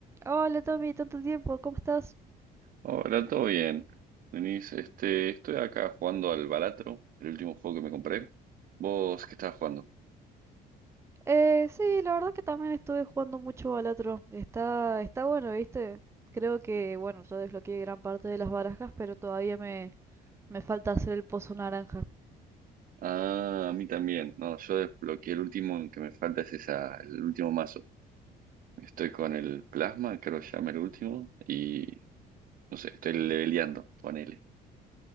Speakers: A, on the right (about 15°); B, on the right (about 55°).
A: Hola Tommy, tanto tiempo, ¿cómo estás?
B: Hola, todo bien. Denise, este, estoy acá jugando al Balatro, el último juego que me compré. ¿Vos qué estabas jugando?
A: Eh, sí, la verdad que también estuve jugando mucho al otro. Está, está bueno, ¿viste? Creo que, bueno, yo desbloqueé gran parte de las barajas, pero todavía me, me falta hacer el pozo naranja.
B: Ah, a mí también. No, yo desbloqueé el último que me falta es esa, el último mazo. Estoy con el plasma, creo que se llama el último, y no sé, estoy leveleando, ponele.